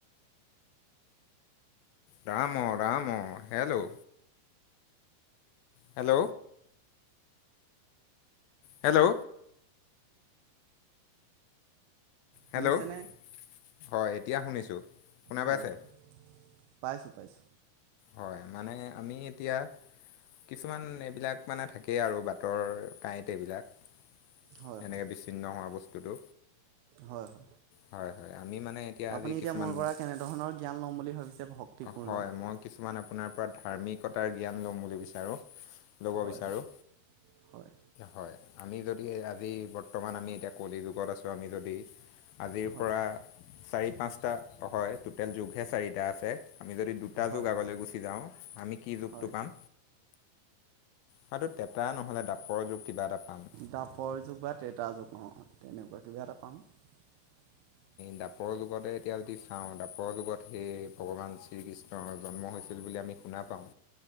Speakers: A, on the left; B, on the right.
A: Ram, Ram, hello! Hello! Hello!
B: শুনিছেনে
A: Hello! হয়, এতিয়া শুনিছোঁ শুনা
B: হয়
A: পাইছে?
B: হয় পাইছোঁ, পাইছোঁ।
A: হয়, মানে আমি এতিয়া কিছুমান এইবিলাক মানে থাকেই আৰু বাটৰ কাঁইত এইবিলাক
B: হয়
A: এনে
B: হয়
A: বিচ্ছিন্ন হোৱা বস্তুটো।
B: হয়, হয়।
A: হয়, হয় আমি মানে
B: আপুনি
A: আজি
B: এতিয়া
A: কিছুমান
B: মোৰ পৰা কেনেধৰণৰ জ্ঞান ল'ম বুলি ভাবিছে ভক্তিপূৰ্ণ।
A: হয় মই কিছুমান আপোনাৰ পৰা ধাৰ্মিকতাৰ জ্ঞান ল'ম বুলি বিচাৰোঁ। ল'ব
B: হয়
A: বিচাৰোঁ
B: হয় হয়
A: হয়। আমি যদি আজি বৰ্তমান আমি এতিয়া কলি যুগত আছোঁ, আমি যদি আজিৰ
B: হয়
A: পৰা চাৰি, পাঁচটা হয়, টোটেল যোগহে চাৰিটা আছে আমি যদি দু
B: হয়
A: যোগ আগলৈ গুছি যাওঁ, আমি কি যুগটো
B: হয়
A: পাম? হয়তো ত্ৰেতা নহ'লে দ্বাপৰ যুগ কিবা এটা পাম।
B: দ্বাপৰ যুগ বা ত্ৰেতা যুগ অ', তেনেকুৱা কিবা এটা পাম। <inaudible>
A: দ্বাপৰ যুগতে এতিয়া যদি চাওঁ দ্বাপৰ যুগত সেই ভগৱান শ্ৰীকৃষ্ণৰ জন্ম হৈ ছিল বুলি আমি শুনা পাওঁ।